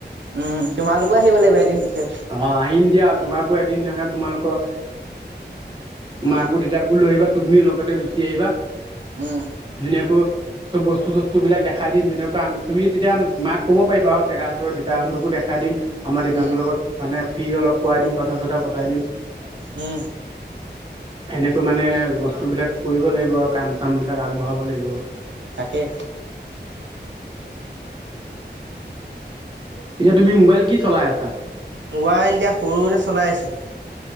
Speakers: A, on the right (about 85°); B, on the right (about 25°).
A: উম, তোমালোকো আহিব লাগিব এদিন পিছে।
B: অ' আহিম দিয়া তোমালোকো এদিন নাহা তোমালোকৰ
A: উম।
B: মাকো দেউতাকো লৈ আহিবা। তুমিও লগতে গুছি আহিবা।
A: উম,
B: ধুনীয়াকৈ চ'ব বস্তু চস্তু বিলাক দেখাই দিম। ধুনীয়াকৈ তুমি তেতিয়া মাক ক'ব পাৰিবা আৰু জেগা চগা দেইতাহঁতকো দেখাই দিম। আমাৰ দেউতাহঁতৰ
A: উম,
B: লগত মানে। ফ্ৰীৰ অলপ কৰাই দিম, কথা চথা পতাই দিম। পুৰা কথা হ'ব তেতিয়া।
A: উম,
B: সেনেকৈ মানে বস্তু বিলাক কৰিব লাগিব আৰু কাম চাম বিলাক আগবঢ়াব লাগিব।
A: তাকে
B: <inaudible> এতিয়া তুমি মোবাইল কি চলাই আছা?
A: মোবাইল এতিয়া সৰুৰে চলাই আছো।